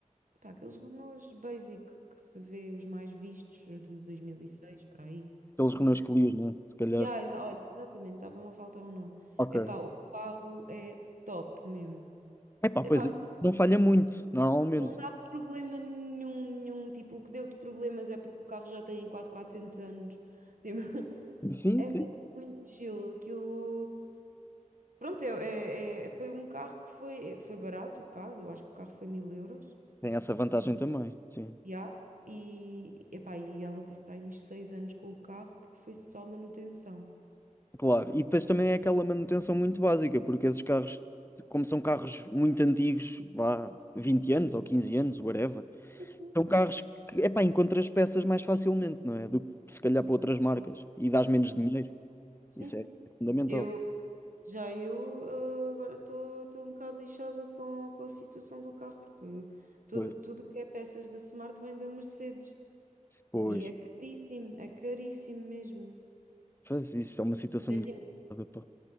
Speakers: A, on the right; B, on the left.
A: pá, aqueles Renaults basic que se vê os mais vistos de 2006 para aí.
B: pelos Renaults que lias, né? Se calhar.
A: Yeah, exa- olha, exatamente, estava-me a faltar o nome.
B: Ok.
A: Epá, o carro é top mesmo.
B: É pá, pois
A: Epá,
B: é.
A: não,
B: Não falha muito, normalmente.
A: não dá problema nenhum, nenhum. Tipo, o que deu-te problemas é porque o carro já tem quase 400 anos. Tipo, <laughs>
B: Sim,
A: é
B: sim.
A: mesmo muito chill. Aquilo. Pronto, é, é- é- foi um carro que foi, foi barato, o carro. Eu acho que o carro foi mil euros.
B: Tem essa vantagem também, sim.
A: Já E, epá, e ela teve para aí uns seis anos com o carro que foi só manutenção.
B: Claro. E depois também é aquela manutenção muito básica, porque esses carros, como são carros muito antigos, vá 20 anos ou 15 anos, whatever,
A: Sim, sim.
B: são carros que, é pá, encontras peças mais facilmente, não é? Do que se calhar para outras marcas. E dás menos dinheiro.
A: sim.
B: Isso
A: sim.
B: é fundamental.
A: Eu, Já eu, ah, agora estou estou um bocado lixada com, com a situação do carro, porque tudo,
B: Pois,
A: tudo o que é peças da Smart vem da Mercedes.
B: pois.
A: E é caríssimo, é caríssimo mesmo.
B: Faz isso, é uma situação
A: Imagina.
B: muito. complicada,